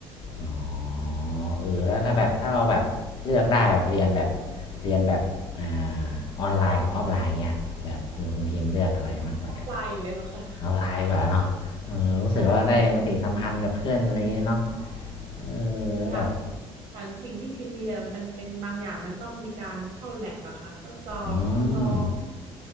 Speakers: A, on the left; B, on the right.
A: อ๋อเออแล้วถ้าแบบถ้าเราแบบเลือกได้แบบเรียนแบบเรียนแบบอ่าออนไลน์กับออฟไลน์เงี้ยแบบคุณคุณพิมพ์เลือกอะไรมากกว่ากัน
B: ออนไลน์อยู่แล้วค่ะ
A: ออนไลน์ดีกว่าเนาะเออรู้สึกว่าได้ปฏิสัมพันธ์กับเพื่อนอะไรอย่างเงี้ยเนาะ
B: <laughs> ใช่ใช่
A: เออแล้วแบบ
B: อยาก อย่างสิ่งที่พิมพ์เรียนมันเป็นบางอย่างมันต้องมีการเข้าแลบอะค่ะทดสอบทดลอง
A: อืม